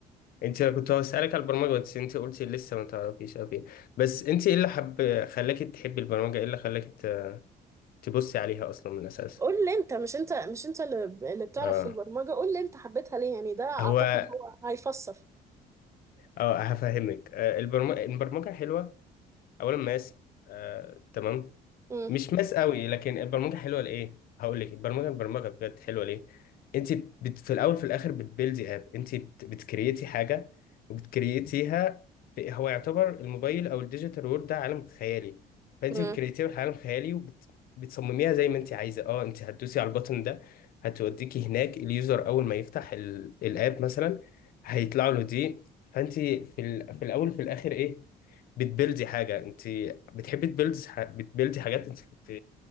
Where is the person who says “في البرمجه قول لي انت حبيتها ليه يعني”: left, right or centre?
Right